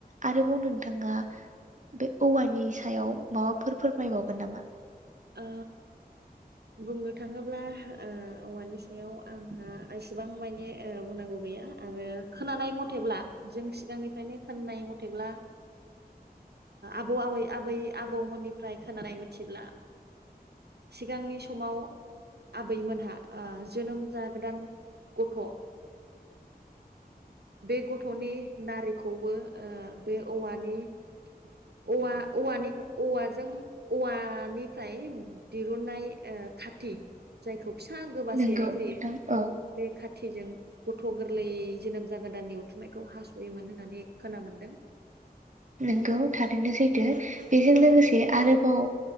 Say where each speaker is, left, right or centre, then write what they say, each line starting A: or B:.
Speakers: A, on the right; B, on the right.
A: आरोबाव नोंथाङा बे औवानि सायाव माबाफोर फोरमायबावगोन नामा।
B: ओ बुंनो थाङोब्ला औवानि सायाव आंहा एसेबां माने बुंनांगौ गैया आरो खोनानाय मथेब्ला जों सिगांनिफ्रायनो खोननाय मथेब्ला आबौ आबै-आबै आबौमोननिफ्राय खोनानाय मिथिब्ला सिगांनि समाव आबैमोनहा जोनोम जागोदान गथ' बे गथ'नि नारिखौबो बे औवानि-औवा-औवानि-औवाजों-औवानि फ्राय दिरुननाय खाथि जायखौ फिसा गोबा
A: नोंगौ
B: सैनाय जायो
A: नोंथां औ
B: बे खाथिजों गथ‌' गोरलै जोनोम जागोदाननि उथुमनायखौ हासयोमोन होननानै खोना मोनदों।
A: नोंगौ थारैनो सैथो बेजों लोगोसे आरोबाव